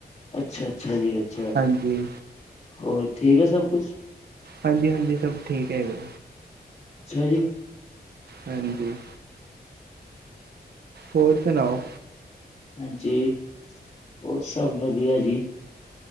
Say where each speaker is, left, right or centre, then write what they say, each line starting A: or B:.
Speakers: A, on the left (about 40°); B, on the right (about 70°).
A: ਅੱਛਾ, ਅੱਛਾ ਜੀ। ਅੱਛਾ,
B: ਹਾਂਜੀ
A: ਹੋਰ ਠੀਕ ਹੈ। ਸਭ ਕੁਛ
B: ਹਾਂਜੀ, ਹਾਂਜੀ। ਸਭ ਠੀਕ ਹੈਗੇ।
A: ਅੱਛਾ ਜੀ।
B: ਹਾਂਜੀ। ਹੋਰ ਸਨਾਓ।
A: ਹਾਂਜੀ, ਹੋਰ ਸਭ ਵਧੀਆ ਜੀ।